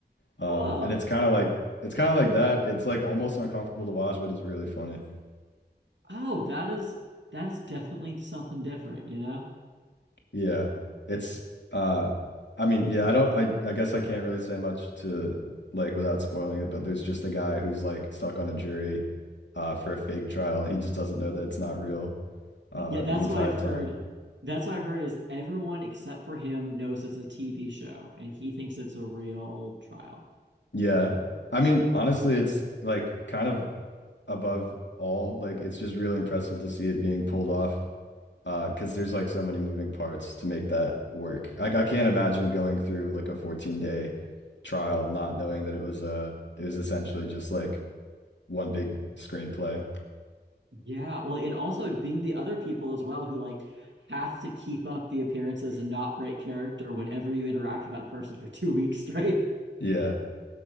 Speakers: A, on the left (about 80°); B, on the right (about 90°).
A: Um
B: Oh,
A: and it's kind of like it's kind of like that. It's like almost uncomfortable to watch, but it's really funny.
B: oh, that is that is definitely something different, you know?
A: Yeah. It's uh I mean, yeah, I don't I I guess I can't really say much to like without spoiling it, but there's just a guy who's like stuck on a jury uh for a fake trial and he just doesn't know that it's not real uh
B: Yeah, that's
A: the entire
B: what I've
A: time.
B: heard. That's what I heard is everyone except for him knows it's a TV show and he thinks it's a real trial.
A: Yeah. I mean, honestly, it's like kind of above all. Like it's just really impressive to see it being pulled off Uh, because there's like so many moving parts to make that work. Like I can't imagine going through like a 14 day trial not knowing that it was uh it was essentially just like one big screenplay.
B: Yeah, well, and also being the other people as well who like have to keep up the appearances and not break character whenever you interact with that person for <laughs> two weeks straight.
A: Yeah.